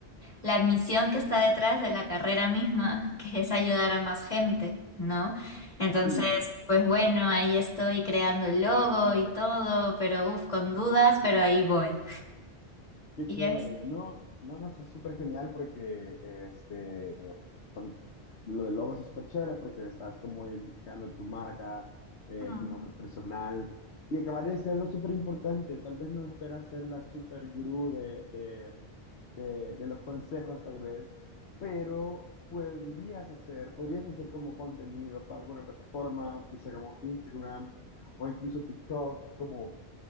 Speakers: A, on the left; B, on the left.
A: la misión que está detrás de la carrera misma, que es ayudar a más gente, ¿no? Entonces,
B: Sí,
A: pues bueno, ahí estoy creando el logo y todo, pero uff, con dudas, pero ahí voy.
B: Qué
A: Y
B: chévere.
A: es.
B: No, no, no, es súper genial porque este, bueno, lo del logo es súper chévere porque estás como identificando tu marca, eh,
A: Mm.
B: tu nombre personal. Y acabar de ser algo súper importante. Tal vez no esperas ser la super gurú de, de, de, de los consejos, tal vez, pero podrías hacer, podrías hacer como contenido para alguna plataforma, ya sea como Instagram o incluso TikTok, como